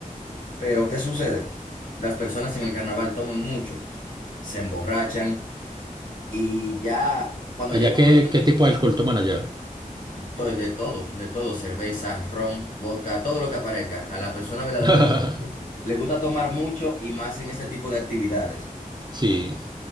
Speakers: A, on the left; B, on the right.
A: Pero ¿qué sucede? Las personas en el carnaval toman mucho, se emborrachan y ya cuando
B: Allá,
A: llega
B: ¿qué,
A: la hora
B: qué tipo de alcohol toman allá?
A: de to- de todo, de todo, cerveza, ron, vodka, todo lo que aparezca, a la persona verdaderamente
B: <laughs>
A: le gusta tomar mucho y más en ese tipo de actividades.
B: Sí,